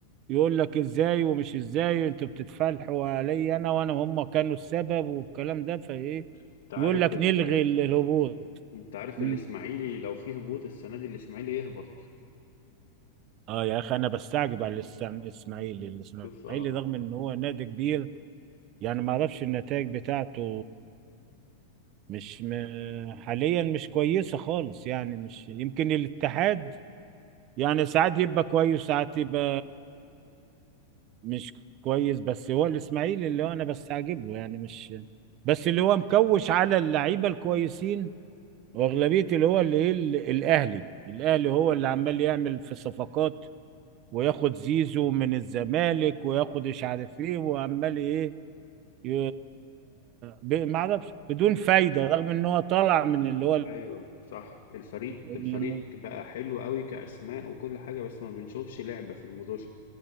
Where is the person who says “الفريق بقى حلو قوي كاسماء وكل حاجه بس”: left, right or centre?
Left